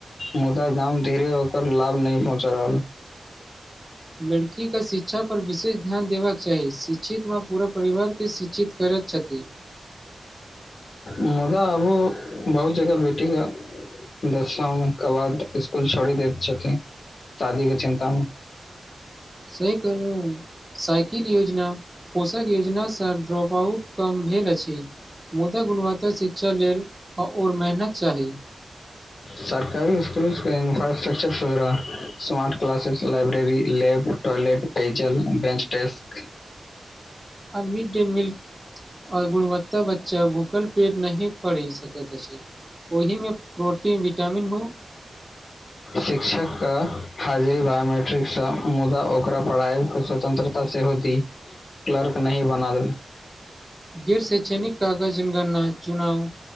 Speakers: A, on the left; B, on the right.
A: मुदा गांव धीरे ओकर लाभ नै पहुंच रहल
B: लड़की का शिक्षा पर विशेष ध्यान देबाक चाही शिक्षित म पूरा परिवारके शिक्षित करैत छथि
A: मुदा आबो बहुत जगह बेटी कऽ दसम के बाद स्कुल छोड़ी दैत छथि शादी के चिन्ता
B: सही कहलौं साइकि किल योजना पोषक योजनासँ ड्रॉप आउट कम भेल अछि मुदा गुणवत्ता शिक्षा लेल आऔर मेहनत चाही
A: सरकारी स्कूलके इन्फ्रास्ट्रक्चर सुधरा smart classes library lab toilet पेयजल बेंच डेस्क
B: आ मिड डे मील आर गुणवत्ता बच्चा भूखल पेट नहि पढ़ि सकैत अछि ओहिमे प्रोटीन विटामिन हो
A: शिक्षक का हाजरी बायोमेट्रिक् स मुद्दा ओकरा पढ़ाइ स स्वतंत्रता सेहो दी क्लर्क नहि बना दे
B: गिर से निक कागज जनगणना चुनाव